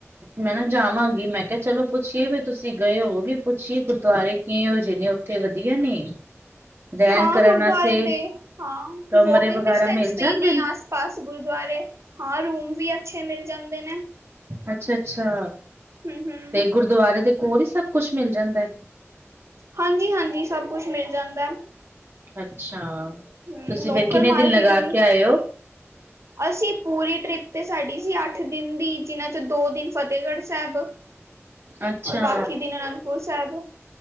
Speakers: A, on the right (about 55°); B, on the right (about 70°).
A: ਮੈਂ ਨਾ ਜਾਵਾਂਗੀ ਮੈਂ ਕਿਹਾ ਚਲੋ ਪੁੱਛੀਏ ਵੀ ਤੁਸੀਂ ਗਏ ਹੋਵੋਗੇ ਪੁੱਛੀਏ ਗੁਰਦੁਆਰੇ ਕਿਹੋ ਜਹੇ ਨੇ ਉੱਥੇ ਵਧੀਆ ਨੇ ਰਹਿਣ
B: ਹਾਂ
A: ਕਰਨ
B: ਗੁਰਦੁਆਰੇ
A: ਵਾਸਤੇ
B: ਤੇ ਹਾਂ
A: ਕਮਰੇ
B: ਵੋਕਿੰਗ
A: ਵਗੈਰਾ
B: ਡਿਸਟੈਂਸ
A: ਮਿਲ
B: ਤੇ
A: ਜਾਂਦੇ
B: ਹੀ ਨੇ ਆ ਸ ਪਾਸ ਗੁਰਦੁਆਰੇ ਹਾਂ ਰੂਮ ਵੀ ਅੱਛੇ ਮਿਲ ਜਾਂਦੇ ਨੇ
A: ਅੱਛਾ, ਅੱਛਾ
B: ਹੂੰ ਹੂੰ
A: ਤੇ ਗੁਰਦੁਆਰੇ ਦੇ ਕੋਲ ਹੀ ਸਭ ਕੁਛ ਮਿਲ ਜਾਂਦਾ ਐ
B: ਹਾਂਜੀ, ਹਾਂਜੀ ਸਭ ਕੁਛ ਮਿਲ ਜਾਂਦਾ
A: ਅੱਛਾ
B: ਹੂੰ
A: ਤੁਸੀਂ
B: ਲੋਕਲ
A: ਫੇਰ ਕਿੰਨੇ
B: ਮਾਰਕੀਟ
A: ਦਿਨ ਲਗਾ
B: ਵੀ
A: ਕੇ ਆਏ ਹੋ
B: ਅਸੀਂ ਪੂਰੀ ਟ੍ਰਿਪ ਤੇ ਸਾਡੀ ਸੀ ਅੱਠ ਦਿਨ ਦੀ ਜਿਨਾਂ ਚੋਂ ਦੋ ਦਿਨ ਫਤਿਹਗੜ੍ਹ ਸਾਹਿਬ
A: ਅੱਛਾ,
B: ਔਰ ਬਾਕੀ ਦਿਨ ਅਨੰਦਪੁਰ ਸਾਹਿਬ